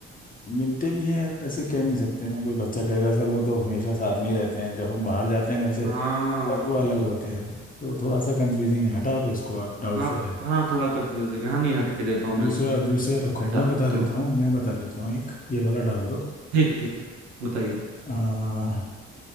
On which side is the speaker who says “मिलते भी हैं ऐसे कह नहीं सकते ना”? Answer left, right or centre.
Left